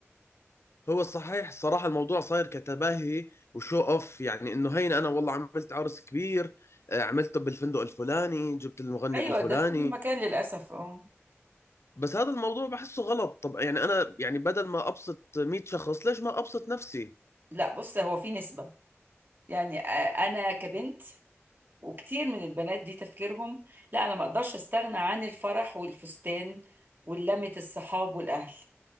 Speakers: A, on the left; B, on the right.
A: هو الصحيح صراحة الموضوع صاير كتباهي وشو اوف يعني انه هين انا والله عملت عرس كبير آه، عملته بالفندق الفلاني جبت المغني
B: ايوه
A: الفلاني
B: ده في كل مكان للاسف اه
A: بس هذا الموضوع بحسه غلط طب يعني انا يعني بدل ما ابسط 100 شخص ليش ما ابسط نفسي
B: لا بص هو في نسبه يعني آه، انا كبنت وكتير من البنات دي تفكيرهم لا انا ما اقدرش استغنى عن الفرح والفستان ولمة الصحاب والاهل